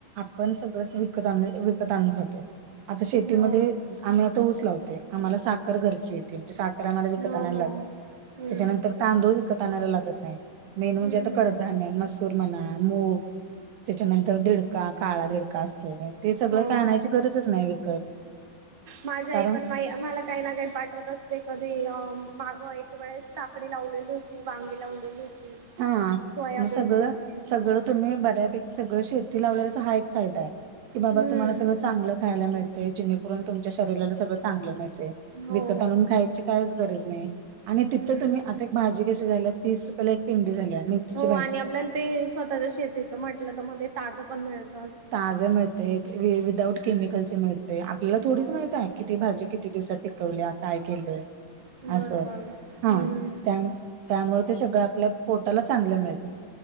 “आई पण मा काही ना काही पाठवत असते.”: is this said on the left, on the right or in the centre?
Right